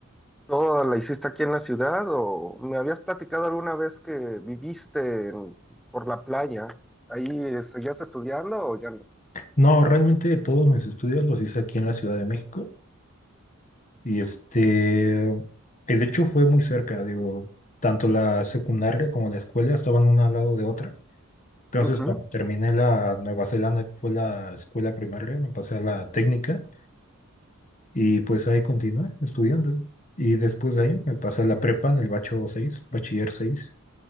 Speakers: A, in the centre; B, on the left (about 35°).
A: ¿Todo la hiciste aquí en la ciudad o me habías platicado alguna vez que viviste en- por la playa? ¿Ahí eh, seguías estudiando o ya no?
B: No, realmente todos mis estudios los hice aquí en la Ciudad de México. Y este, y de hecho fue muy cerca, digo, tanto la secundaria como la escuela estaban una al lado de otra. Entonces,
A: Ujú, ujú,
B: bueno, terminé la Nueva Zelanda, que fue la escuela primaria, me pasé a la técnica y pues ahí continué estudiando. Y después de ahí me pasé a la prepa en el bacho 6, bachiller seis